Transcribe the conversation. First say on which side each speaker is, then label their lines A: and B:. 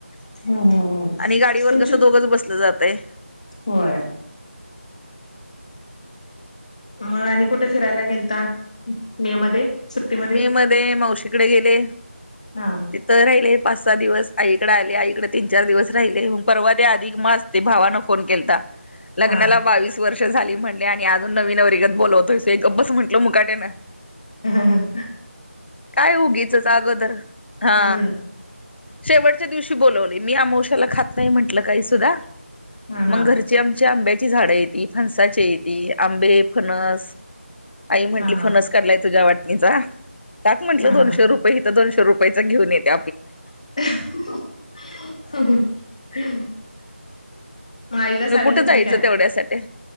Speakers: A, on the left (about 30°); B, on the left (about 55°).
A: हम् हम हम
B: आणि गाडीवर
A: तुमची
B: कसं दोघंच बसलं जातय.
A: होय. मग आणि कुठे फिरायला गेलता मे मध्ये सुट्टीमध्ये
B: मी मध्ये मावशीकडे गेले
A: हा
B: तिथं राहिले पाच सहा दिवस आईकडे आले आईकडे तीन चार दिवस राहिले परवा ते अधिक मास ते भावानं फोन केलता. लग्नाला
A: हा
B: बावीस वर्ष झाली म्हणले आणि अजून नव्या नवरीगत बोलवतेस ये गब्बस म्हनल. निघालो मुकाट्याला
A: हम्
B: काय उगीचच अगोदर हा
A: हम्म
B: शेवटच्या दिवशी बोलवले मी अमोशाला खात नाही म्हटल काही सुद्धा
A: हा
B: मग
A: हा
B: घरचे आमच्या आंब्याच्या ची झाड येती फणसाची येती आंबे फणस आई म्हटली
A: हा हा
B: फणस काढलया तुझ्या वाटणीचा टाक म्हणल
A: हा
B: दोनशे
A: हा
B: रुपये इथ दोन दोनशे रुपयांचा घेऊन येतो
A: <unintelligible> आईला साडी
B: मग कुठे
A: घेतली
B: जायचं
A: काय
B: तेवढ्यासाठी